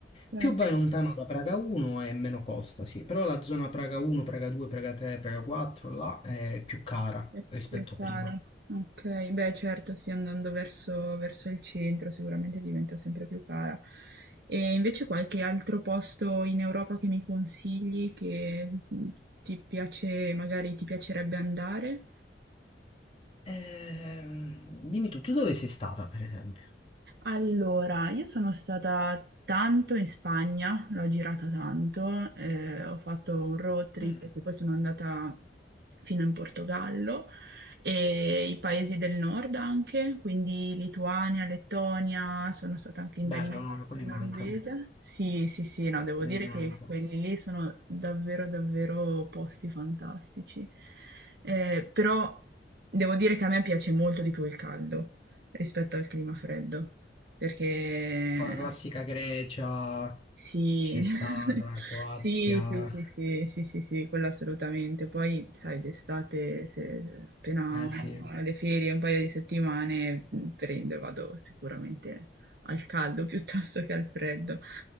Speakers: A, on the right; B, on the left.
A: certo.
B: Più vai lontano da Praga 1 e meno costa, sì. Però la zona Praga 1, Praga 2, Praga 3, Praga 4, là è più cara
A: È
B: rispetto
A: più cara.
B: a prima.
A: Okay, beh certo sì, andando verso verso il centro sicuramente diventa sempre più cara. E invece qualche altro posto in Europa che mi consigli che, mhmm, ti piace magari ti piacerebbe andare?
B: Ehm, dimmi tu, tu dove sei stata, per esempio?
A: Allora, io sono stata tanto in Spagna, l'ho girata tanto, eh, ho fatto un road trip
B: Mm,
A: perché poi sono andata fino in Portogallo e i paesi del nord anche, quindi Lituania, Lettonia, sono stata anche
B: bello,
A: in Danimarca,
B: no? Quelli
A: Norvegia.
B: mancano,
A: Sì, sì, sì, no, devo
B: quelli
A: dire
B: mi mancano.
A: che quelli lì sono davvero, davvero posti fantastici. Eh, però devo dire che a me piace molto di più il caldo rispetto al clima freddo. Perché
B: Poi la classica Grecia,
A: sì.
B: c'è stata,
A: <laughs>
B: Croazia,
A: Sì, sì, sì, sì, sì, sì, sì, quello assolutamente. Poi, sai, d'estate, se se appena
B: eh sì.
A: ho le ferie, un paio di settimane, mh, prendo e vado sicuramente al caldo <laughs> piuttosto che al freddo.